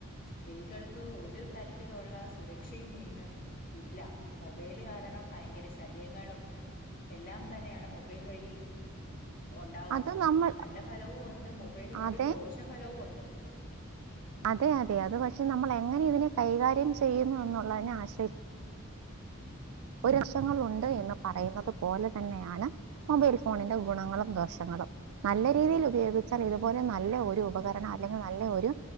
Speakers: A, on the left (about 40°); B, on the right (about 75°).
A: സ്ത്രീകൾക്ക് ഒരു തരത്തിലുള്ള സുരക്ഷയും ഇന്ന് ഇല്ല മൊബൈല് കാരണം ഭയങ്കര ശല്യങ്ങളും എല്ലാം തന്നെയാണ് മൊബൈൽ വഴി ഉണ്ടാവുന്നത്
B: അത് നമ്മൾ
A: നല്ല ഫലവും ഉണ്ട് മൊബ ഉപയത് കൊണ്ട്
B: അതെ
A: ദോഷഫലവും ഉണ്ട്
B: അതെ അതെ അത് പക്ഷെ നമ്മൾ എങ്ങനെ ഇതിനെ കൈകാര്യം ചെയ്യുന്നു എന്നുള്ളതിനെ ആശ്രയി ഒരു അഷങ്ങൾ ഉണ്ട് എന്ന് പറയുന്നത് പോലെ തന്നെയാണ് മൊബൈൽ ഫോണിന്റെ ഗുണങ്ങളും ദോഷം നല്ല രീതിയിൽ ഉപയോഗിച്ചാൽ ഇതുപോലെ നല്ല ഒരു ഉപകരണം അല്ലെങ്കിൽ നല്ല ഒരു